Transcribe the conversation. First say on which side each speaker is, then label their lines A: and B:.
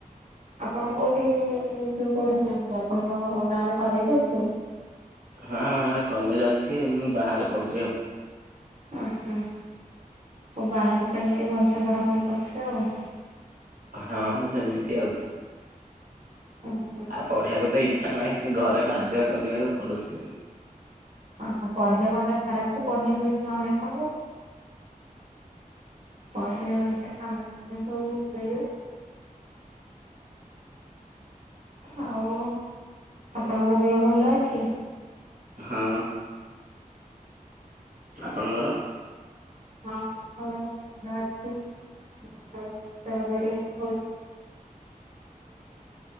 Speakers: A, on the right; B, on the right.
A: ଆପଣ କୋଉଠି ଯୋଉ ପଢୁଛନ୍ତି ଆପଣଙ୍କ ଗାଁରେ କଲେଜ ଅଛି?
B: ହଁ ଆମ ଗାଁରେ କଲେଜ ଅଛି ହେଲେ ମୁଁ ବାହାରେ ପଢୁଛି ଆଉ।
A: ଓଃ ହୋ। ଓଃ ବାହାରେ ତାହେଲେ ଟିକେ ଭଲସେ ପଢ଼ାପଢ଼ି କରୁଥିବେ ଆଉ।
B: ହଁ ସେମିତି ଆଉ।
A: ଓହୋ।
B: ଆଉ ପଢ଼ିବାକୁ ତ ଇଚ୍ଛା ନାହିଁ ଖାଲି ଘରେ ବାଧ୍ୟ କରିବାରୁ ପଢ଼ୁଛୁ।
A: ଓହୋ ପଢ଼ିଲେ କଣଟା ଖରାପ କି ପଢ଼ିବାକୁ ଇଚ୍ଛା ହଉନି ଆପଣଙ୍କୁ? ପଢିଲେ ବେଳେତ କାମ ଫାମ ସବୁ ମିଳିବ। ଆଉ ଆପଣଙ୍କ ଦେହ ଭଲ ଅଛି?
B: ହଁ ଆପଣଙ୍କର?
A: ହଁ ମୋ ଦେହ ଭଲ ଅଛି। <unintelligible> <unintelligible>